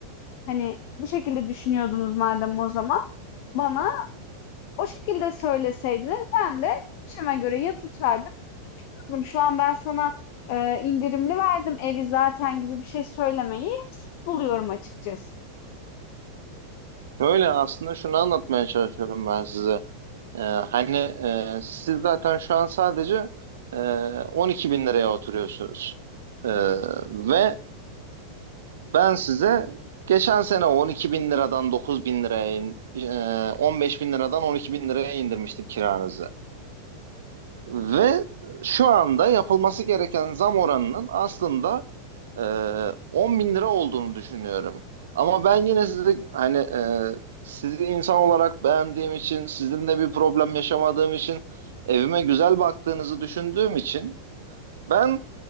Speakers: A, on the left; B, on the right.
A: hani bu şekilde düşünüyordunuz madem o zaman, bana o şekilde söyleseydiniz ben de bütçeme göre ya tutardım ya tutmazdım. Şu an ben sana e, indirimli verdim evi zaten gibi bir şey söylemeyi buluyorum açıkçası.
B: Öyle aslında şunu anlatmaya çalışıyorum ben size. Ee, hani e, siz zaten şu an sadece e, 12 bin liraya oturuyorsunuz. Ee, ve ben size geçen sene 12 bin liradan 9 bin liraya, in- e, 15 bin liradan 12 bin liraya indirmiştim kiranızı. Ve şu anda yapılması gereken zam oranının aslında e, 10 bin lira olduğunu düşünüyorum. Ama ben yine sizi hani e, sizi insan olarak beğendiğim için, sizinle bir problem yaşamadığım için, evime güzel baktığınızı düşündüğüm için ben